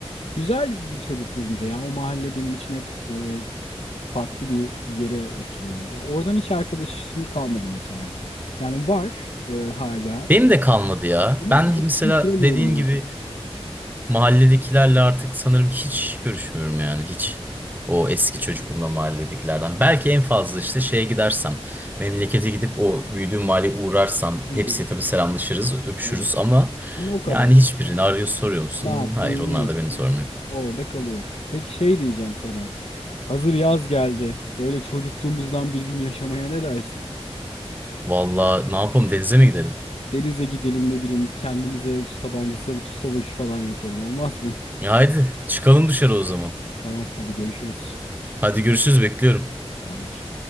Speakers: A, on the left; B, on the right.
A: Güzel bir çocukluğumdu ya. O mahalle benim için hep e, farklı bir yere oturuyor. Ya oradan hiç arkadaşım kalmadı mesela. Yani var e, hala.
B: Benim de kalmadı ya.
A: Ama
B: Ben
A: iletişim
B: mesela
A: kuramıyorum
B: dediğin gibi
A: artık.
B: Mahalledekilerle artık sanırım hiç görüşmüyorum yani hiç. O eski çocukluğumda mahalledekilerden. Belki en fazla işte şeye gidersem, memlekete gidip o büyüdüğüm mahalleye uğrarsam
A: Hı hı.
B: hepsiyle tabii selamlaşırız, öpüşürüz
A: Evet.
B: ama
A: Ama o kadar.
B: yani hiçbirini arıyor soruyor musun?
A: Ne yaptın,
B: Hayır onlar
A: ne ettin?
B: da beni sormuyor.
A: Orada kalıyor. Peki şey diyeceğim sana. Hazır yaz geldi. Böyle çocukluğumuzdan bir gün yaşamaya ne dersin?
B: Vallahi ne yapalım denize mi gidelim?
A: Denize gidelim ne bileyim kendimize su tabancası alıp su savaşı falan yapalım olmaz mı?
B: Ya haydi çıkalım dışarı o zaman.
A: <laughs> Tamam hadi görüşürüz.
B: Hadi görüşürüz bekliyorum.
A: Tamamdır.